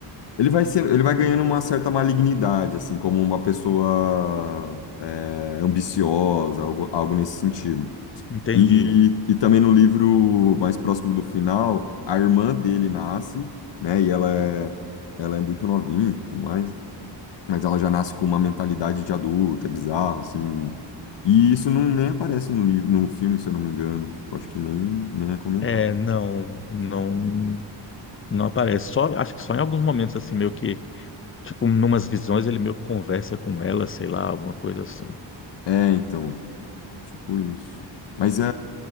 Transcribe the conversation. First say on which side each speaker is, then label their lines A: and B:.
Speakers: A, on the left; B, on the left.
A: Ele vai sendo, ele vai ganhando uma certa malignidade, assim, como uma pessoa é, ambiciosa, algo, algo nesse sentido.
B: Entendi.
A: E, e também no livro mais próximo do final, a irmã dele nasce, né? E ela é, ela é muito novinha e tudo mais, mas ela já nasce com uma mentalidade de adulta, é bizarro, assim. E isso não, nem aparece no livro, no filme, se eu não me engano. Tipo, acho que nem, nem é comentado.
B: É, não, não, não aparece. Só, acho que só em alguns momentos assim meio que Tipo, numas visões ele meio que conversa com ela, sei lá, alguma coisa assim.
A: É, então. Tipo isso. Mas é,